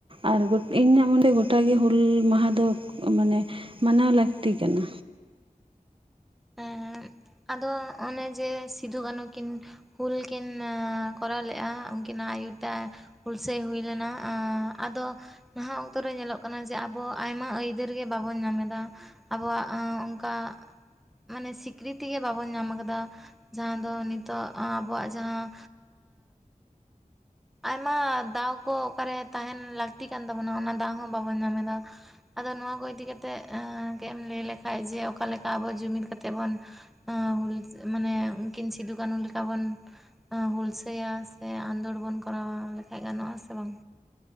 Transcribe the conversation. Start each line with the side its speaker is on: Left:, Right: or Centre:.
Right: ᱟᱨ ᱡᱚ-ᱤᱧᱟᱜ <unintelligible> ᱜᱚᱴᱟ ᱜᱮ ᱦᱩᱞᱻ ᱢᱟᱦᱟᱸ ᱫᱚ ᱢᱟᱱᱮ ᱢᱟᱱᱟᱣ ᱞᱟᱹᱠᱛᱤ ᱠᱟᱱᱟ᱾
Centre: ᱮᱸ ᱟᱫᱚ ᱚᱱᱮ ᱡᱮ ᱥᱤᱫᱩ ᱠᱟᱹᱱᱦᱩ ᱠᱤᱱ, ᱦᱩᱞ ᱠᱤᱱ ᱚᱻ ᱠᱚᱨᱟᱣ ᱞᱮᱜᱼᱟ, ᱩᱱᱠᱤᱱᱟᱜ ᱟᱭᱩᱨ ᱛᱮ ᱟ ᱦᱩᱞᱥᱟᱹᱭ ᱦᱩᱭ ᱞᱮᱱᱟ ᱟᱫᱚ ᱱᱟᱦᱟᱜ ᱚᱠᱛᱚ ᱨᱮ ᱧᱮᱞᱚᱜ ᱠᱟᱱᱟ ᱡᱮ ᱟᱵᱚ ᱟᱭᱢᱟ ᱟᱹᱭᱫᱟᱹᱨ ᱜᱮ ᱵᱟᱵᱚᱱ ᱧᱟᱢ ᱮᱫᱟ ᱟᱵᱚᱣᱟᱜ ᱚᱱᱠᱟ ᱢᱟᱱᱮ ᱥᱤ ᱠᱨᱤᱛᱤ ᱜᱮ ᱵᱟᱵᱚᱱ ᱧᱟᱢ ᱟᱠᱟᱫᱟ ᱡᱟᱦᱟᱸ ᱫᱚ ᱱᱤᱛᱚᱜ ᱟᱵᱚᱣᱟᱜ ᱡᱟᱦᱟᱸ ᱟᱭᱢᱟ ᱫᱟᱣ ᱠᱚ ᱚᱠᱟᱨᱮ ᱛᱟᱦᱮᱱ ᱞᱟᱹᱠᱛᱤ ᱠᱟᱱ ᱛᱟᱵᱚᱱᱟ ᱚᱱᱟ ᱫᱟᱣ ᱦᱚᱸ ᱵᱟᱵᱚᱱ ᱧᱟᱢ ᱮᱫᱟ ᱟᱫᱚ ᱱᱚᱣᱟ ᱠᱚ ᱤᱫᱤ ᱠᱟᱛᱮ ᱜᱮᱢ ᱞᱟᱹᱭ ᱞᱮᱠᱷᱷᱟᱡ ᱡᱮ ᱚᱠᱟ ᱞᱮᱠᱟ ᱟᱵᱚ ᱡᱩᱢᱤᱫ ᱠᱟᱛᱮᱜ ᱵᱚᱱ ᱦᱩᱞ ᱢᱟᱱᱮ ᱩᱱᱠᱤᱱ ᱥᱤᱫᱩᱼ ᱠᱟᱹᱱᱩ ᱞᱮᱠᱟ ᱵᱚᱱ, ᱦᱩᱞᱥᱟᱹᱭᱟ ᱥᱮ ᱟᱸᱫᱳᱲ ᱵᱚᱱ ᱠᱚᱨᱟᱣᱟ ᱞᱮᱠᱷᱷᱟᱡ ᱜᱟᱱᱚᱜ ᱟᱥᱮ ᱵᱟᱝ